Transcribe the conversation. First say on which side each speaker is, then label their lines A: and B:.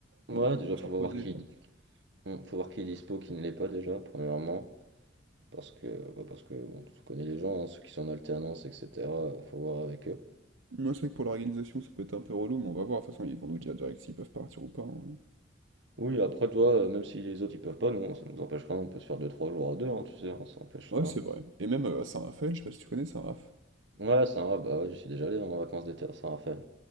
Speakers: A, on the right; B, on the right.
A: Ouais,
B: On a pas le
A: déjà,
B: temps de
A: faut
B: se reposer.
A: voir qui.
B: euh.
A: Hum, Faut voir qui est dispo, qui ne l'est pas déjà, premièrement. Parce que, bah, parce que bon, tu connais les gens, hein, ceux qui sont en alternance, etc. Faut voir avec eux.
B: Moi, c'est vrai que pour l'organisation, ça peut être un peu relou, mais on va voir. De toute façon, ils vont nous dire direct s'ils peuvent partir ou pas. hein.
A: Oui, après toi, euh, même si les autres ils peuvent pas, nous, ça nous empêche rien, on peut se faire deux trois jours à deux, hein, tu sais, hein, ça empêche
B: Ouais,
A: rien.
B: c'est vrai. Et même euh, à Saint-Raphaël, je sais pas si tu connais Saint-Raph.
A: Ouais, c'est un bah, ouais, j'y suis déjà allé hein, en vacances d'été à Saint-Raphaël.